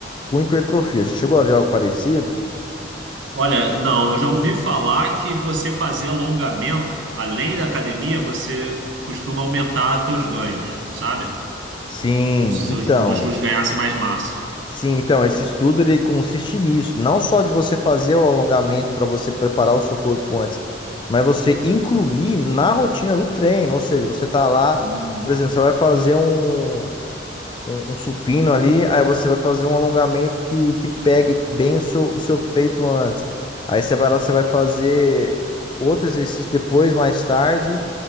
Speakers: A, on the left; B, on the right.
A: com hipertrofia. Você chegou a ver algo parecido?
B: Olha, não, eu já ouvi falar que você fazer alongamento, além da academia, você costuma aumentar seus ganhos, sabe?
A: Sim,
B: Como se seus
A: então.
B: músculos ganhassem mais massa.
A: Sim, então, esse estudo ele consiste nisso, não só de você fazer o alongamento para você preparar o seu corpo antes, mas você incluir na rotina do treino, ou seja, você tá lá,
B: Hum.
A: por exemplo, você vai fazer um, um, um supino ali, aí você vai fazer um alongamento que, que pegue bem o seu, o seu peito antes. Aí você vai lá, você vai fazer outro exercício depois, mais tarde,